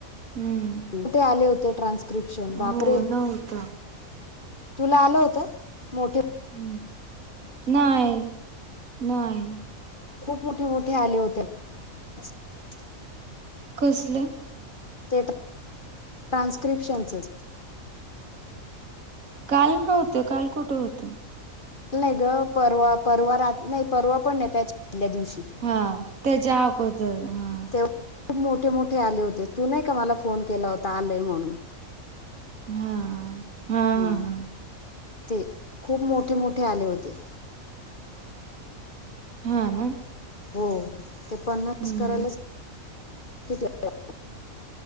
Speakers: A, on the right; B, on the left.
A: हम्म
B: कुठे आले होते ट्रान्स्क्रिप्शन
A: हो
B: बापरे,
A: नव्हतं
B: तुला आलं होत? मोठ
A: ह नाही नाही
B: खूप मोठे मोठे आले होते. <unintelligible>
A: कसलं?
B: ते ट्रान्स्क्रिप्शनचंच
A: काल नव्हतं, काल कुठं होतं?
B: काल नाही ग परवा- परवा रा नाही, परवा पण नाही त्याच्या आल्या दिवशी
A: हा त्याच्या आगोदर हा.
B: तेव्हा खूप मोठे -मोठे आले होते, तू नाही का मला फोन केला होता आलेय म्हणून.
A: हा, हा
B: हां
A: हा हा
B: ते खूप मोठे- मोठे आले होते.
A: हा ना.
B: हो ते पन्नास
A: हम्म
B: करायलाच <unintelligible> किती वेळ लागला.